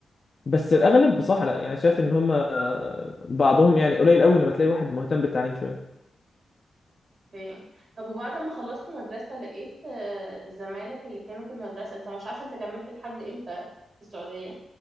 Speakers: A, on the left; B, on the right.
A: بس الأغلب
B: اوكي
A: بصراحة لا يعني شايف إن هم آه، بعضهم يعني قليل قوي لما تلاقي واحد مهتم بالتعليم شوية
B: اوكي طب وبعد ما خلصت مدرسة لقيت آه، زمايلك اللي كانوا في المدرسة انت مش عارفة انت كملت لحد امتى في السعودية